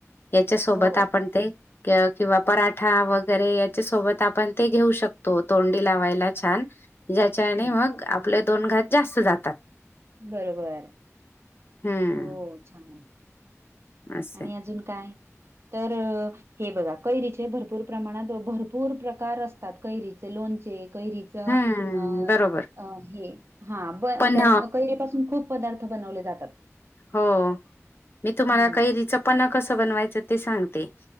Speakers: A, on the left (about 45°); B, on the right (about 55°).
A: याच्या सोबत
B: हो.
A: आपण ते की किंवा पराठा वगैरे याच्या सोबत आपण ते घेऊ शकतो, तोंडी लावायला छान. ह्याच्याने
B: हं,
A: मग, आपले दोन घास जास्त जातात.
B: बरोबर.
A: हम्म
B: हो, छान.
A: असे
B: आणि अजून काय, तर अ? हे बघा कैरीचे भरपूर प्रमाणात, भरपूर प्रकार असतात कैरीचे लोणचे, कैरी <inaudible>
A: हम्म बरोबर
B: अ हे, हा ब
A: पण
B: त्या कैरी पासून खूप पदार्थ बनवले जातात.
A: हो, मी तुम्हाला
B: हं.
A: कैरी च पन्ह कस बनवायचं ते सांगते.